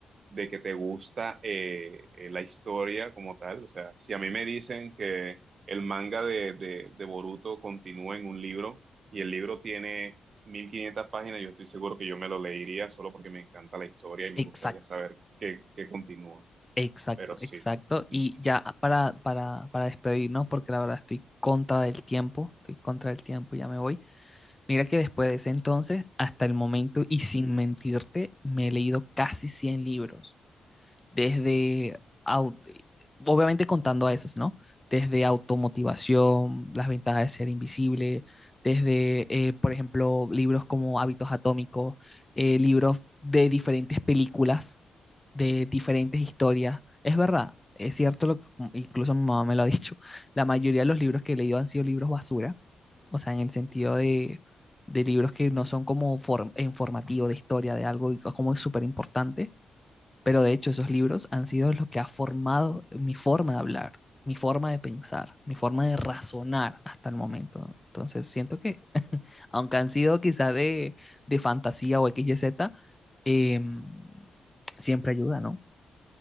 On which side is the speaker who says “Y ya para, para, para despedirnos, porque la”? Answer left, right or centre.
Left